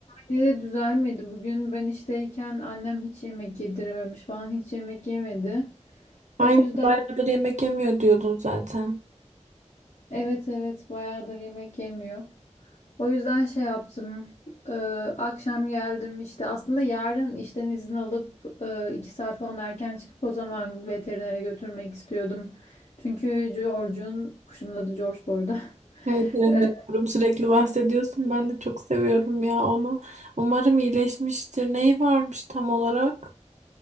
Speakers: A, on the left; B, on the right.
A: Yine de düzelmedi. Bugün ben işteyken annem hiç yemek yedirememiş falan hiç yemek yemedi.
B: Ay
A: O yüzden
B: bayağıdır yemek yemiyor diyordun zaten.
A: evet evet bayağıdır yemek yemiyor. O yüzden şey yaptım. Ee, akşam geldim işte aslında yarın işten izin alıp e, iki saat falan erken çıkıp o zaman veterinere götürmek istiyordum. Çünkü George'un kuşumun adı George bu arada. <laughs>
B: Evet evet
A: Ee,
B: biliyorum. Sürekli bahsediyorsun. Ben de çok seviyorum ya onu. Umarım iyileşmiştir. Neyi varmış tam olarak?